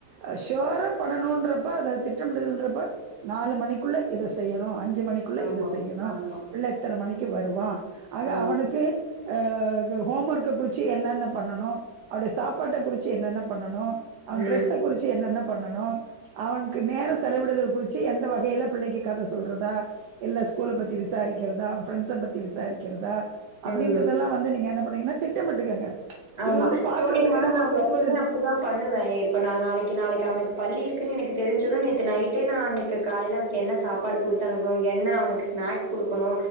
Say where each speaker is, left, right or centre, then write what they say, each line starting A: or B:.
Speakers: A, on the right; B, on the right.
A: அ ஷியோரா பண்ணணுன்றப்ப அதாவது திட்டமிடுதல்ன்றப்ப நாலு மணிக்குள்ள இத செய்யணு அஞ்சு மணிக்குள்ள
B: ஆமா
A: இத செய்யணு
B: ஆமா
A: புள்ள இத்தன மணிக்கு வருவா ஆக
B: ஆ
A: அவனுக்கு அ ஹோம் ஒர்க்க குறிச்சு என்னன்ன பண்ணனு அவருடைய சாப்பாட்ட குறச்சு என்னென்ன பண்ணனு அவன் ட்ரெஸ்ஸ
B: ம்
A: குறிச்சு என்னென்ன பண்ணனு அவனுக்கு நேர செலவிடுதல் குறச்சு எந்த வகையில பிள்ளைக்கு கத சொல்றதா இல்ல ஸ்கூல பத்தி விசாரிக்கிறதா ஃரெண்ட்ஸ பத்தி விசாரிக்கிறதா அப்டின்றதெல்லா
B: ம்
A: வந்து நீங்க என்ன பண்ணீங்கன்னா திட்டமிட்டுக்கங்க
B: ஆமா
A: இது வந்து பாக்குறதுக்கு
B: தோழி ஆனா
A: நமக்கு
B: நா
A: வந்து
B: எப்பயுமே
A: ஒரு
B: அப்படிதா பண்ணுவே இப்ப நான் நாளைக்கு நாளைக்கு அவனுக்கு பள்ளி இருக்குன்னு எனக்கு தெரிஞ்சது நேத்து நைட்டே நா அன்னைக் கு காலைல அவனுக்கு என்ன சாப்பாடு குடுத்து அனுப்பனு என்ன அவனுக்கு ஸ்நாக்ஸ் குடுக்கணு